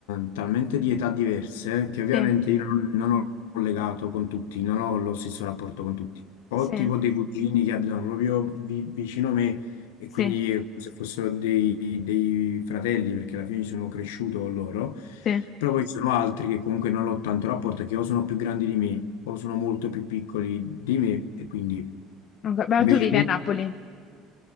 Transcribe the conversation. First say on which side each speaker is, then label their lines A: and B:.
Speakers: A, on the left; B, on the left.
A: eh, talmente di età diverse, che ovviamente
B: Sì,
A: io non, non ho legato con tutti, non ho lo stesso rapporto con tutti. Ho
B: sì,
A: tipo dei cugini che abitano proprio vi- vicino a me e
B: sì,
A: quindi è come se fossero dei, dei fratelli, perché alla fine sono cresciuto con loro,
B: sì.
A: però poi ci sono altri che comunque non ho tanto rapporto, che o sono più grandi di me o sono molto più piccoli di me, e quindi
B: Ok, Beh,
A: invece
B: tu vivi
A: tu?
B: a Napoli.